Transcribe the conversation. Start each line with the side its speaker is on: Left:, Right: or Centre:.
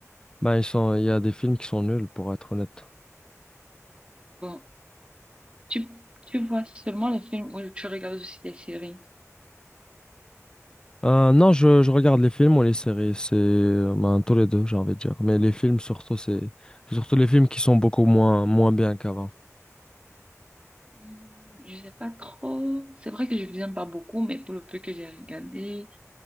Left: Ben, ils sont, il y a des films qui sont nuls, pour être honnête.
Right: Bon, tu, tu vois seulement les films ou tu regardes aussi des séries?
Left: Euh, non, je, je regarde les films ou les séries, c'est euh, ben, tous les deux, j'ai envie de dire. Mais les films, surtout, c'est c'est surtout les films qui sont beaucoup moins, moins bien qu'avant.
Right: Hmm, Je sais pas trop. C'est vrai que je viens pas beaucoup, mais pour le peu que j'ai regardé,